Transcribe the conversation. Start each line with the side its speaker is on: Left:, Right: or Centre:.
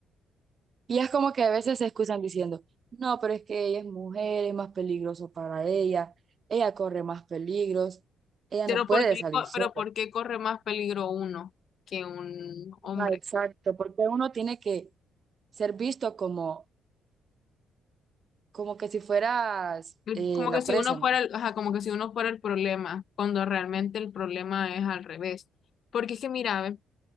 Right: Y es como que a veces se excusan diciendo, no, pero es que ella es mujer, es más peligroso para ella, ella corre más peligros, ella
Left: Pero
Right: no puede
Left: ¿por qué,
Right: salir
Left: co-
Right: sola.
Left: pero ¿por qué corre más peligro uno que un hombre?
Right: Ah, exacto, porque uno tiene que ser visto como, como que si fueras
Left: El-
Right: eh,
Left: Como
Right: la
Left: que si
Right: presa,
Left: uno
Right: ¿no?
Left: fuera el, ajá, como que si uno fuera el problema, cuando realmente el problema es al revés. Porque es que mira, ve,